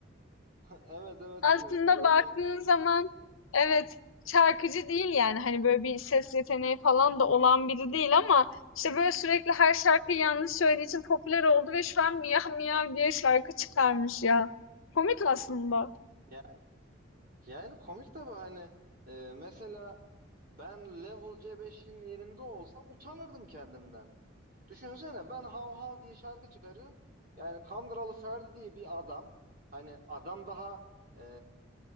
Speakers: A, on the right; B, on the left.
A: <laughs> Evet evet
B: Aslında
A: gördüm.
B: baktığın zaman evet şarkıcı değil yani hani böyle bir ses yeteneği falan da olan biri değil ama işte böyle sürekli her şarkıyı yanlış söylediği için popüler oldu ve şu an miyav miyav diye şarkı çıkarmış ya. Komik aslında.
A: Ya, yani komik tabii hani e, mesela ben Level c beş'in yerinde olsam utanırdım kendimden. Düşünsene ben Hav Hav diye şarkı çıkarıyorum. Yani Kandıralı Ferdi diye bir adam. Hani adam daha e,